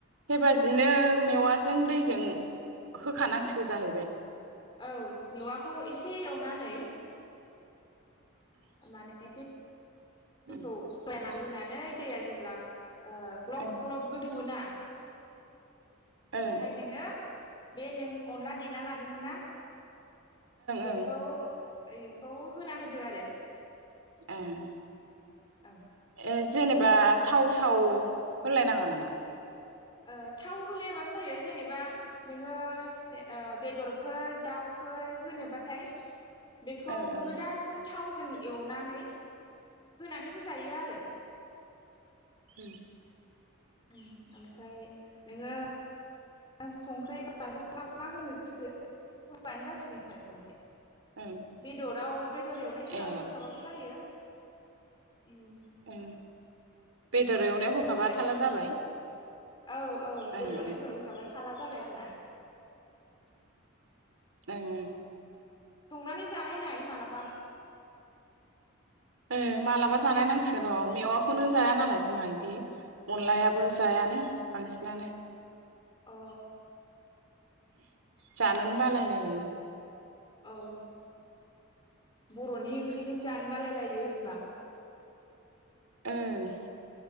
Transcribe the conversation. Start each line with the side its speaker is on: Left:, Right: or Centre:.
Right: बेबादिनो मेवाजों दैजों होखानांसिगौ जाहैबाय।
Left: औ मेवाखौ एसे एवनानै माने दै
Right: ओं
Left: दैखौ <unintelligible> होनानै दैया जेब्ला ओ ग्लब
Right: ओं
Left: ग्लब गोदौवो ना। आह।
Right: ओं
Left: बेहाय नोङो बे नों अनला देना लादोंमोन ना। बेखौ
Right: ओं
Left: बेखौ होना होदो आरो।
Right: ओं।
Left: औ।
Right: ए जेनेबा थाव साव होलायनाङा नामा?
Left: ओ थाव होलायाबाबो जायो जेनेबा नोङो ओ बेदरफोर दाउफोर होनोबाथाय बेखौ
Right: ओं ओं
Left: गोदान थाव जों एवनानै होनानै होजायो आरो।
Right: उम।
Left: उम। ओमफ्राय नोङो संख्रि बानलु मा मा होनो गोसो होबानो जासिगोन आरो ओमफ्राय
Right: ओं
Left: बेदराव बेदर एवनायफोराव
Right: ए
Left: होखाबाबो जायो। उम
Right: ओं बेदर एवनाय होखाबा
Left: मिथिबाय
Right: थाला जाबाय।
Left: औ औ
Right: ओं
Left: बेदर
Right: ओं
Left: एवनायफोराव होखाबा थाला जाबाय आरोना
Right: ओं ओं
Left: संनानै जानाय नाय मालाबा
Right: ओं मालाबा जानाय नांसिगोन र'। मेवाखौनो जाया नालाय जोंहा इदि अनलायाबो
Left: औ
Right: जायानो बांसिनानो
Left: अ
Right: जानोनो बालायलायो
Left: औ। बर'नि ओंख्रिखौनो जानो बालाय लायो होनबा।
Right: ओं।